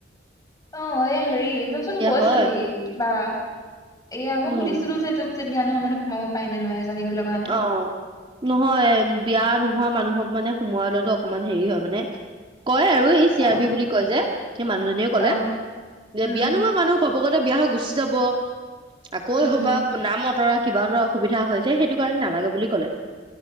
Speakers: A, on the left; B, on the right.
A: অ এ হেৰি তইচোন কৈছিলি
B: হয়
A: কিবা এয়া মই
B: উম,
A: সুধিছিলো যে তোক যে বিয়া নোহোৱা মানুহ সোমাব পাৰে নে নোৱাৰে জানিবলৈ কাৰণে
B: অঁ নহয় বিয়া নোহোৱা মানুহক মানে সোমোৱা লোৱাটো অকমান হেৰি হয় মানে কয় আৰু এই চি
A: অ
B: আৰ বি বুলি কয় যে সেই মানুহজনীয়ে কলে
A: অ
B: যে
A: উম
B: বিয়া নোহোৱা মানুহ ঘপকতে বিয়া হৈ গুচি যাব আকৌ
A: উম
B: এই হোপা নাম অতৰা কিবা অতৰা অসুবিধা হয় যে সেইটো কাৰণে নালাগে বুলি ক'লে।